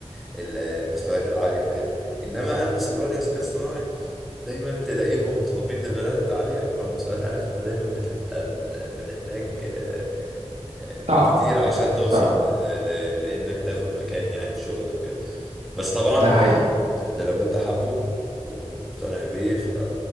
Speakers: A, in the centre; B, on the right.
A: ال- المستويات العالية وكده انما امن سيبراني وذكاء اصطناعي دايما تلاقيهم طالبين ليفلات عالية أو مستويات عالية فأنت دايما بتبقى ال- بتحتاج آه، آه،
B: صعب
A: كتير عشان توصل
B: صعب
A: ل- ل- لإنك تاخد مكان يعني في شغل أو كده بس طبعا
B: ده حقيقي
A: ده ده لو أنت حابه ومقتنع بيه ف...